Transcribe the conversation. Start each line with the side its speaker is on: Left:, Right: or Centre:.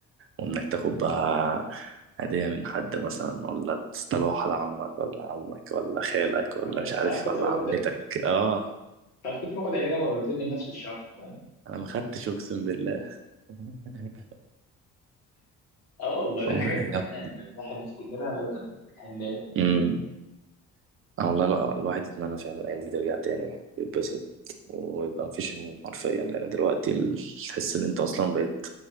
Right: وإنك تاخد بقى هدية من حد مثلا ولا تصطلوح على عمك ولا عمك ولا خالك ولا
Left: آه
Right: مش
Left: ساعات
Right: عارف
Left: كنت
Right: ولا
Left: باخد
Right: عمتك آه
Left: ساعات كنت باخد هدية مرتين من نفس الشخص فاهم
Right: أنا ما خدتش أقسم بالله <laughs>
Left: اه والله دي
Right: والله
Left: حاجات
Right: يا
Left: كلها
Right: ابني
Left: يعني الواحد بيفتكرها لازم يحن لها
Right: امم آه والله الو- الواحد يتمنى فعلا الأيام دي ترجع تاني يتبسط ويبقى مفيش هموم حرفيا لأن دلوقتي ال- تحس إن أنت أصلا بقيت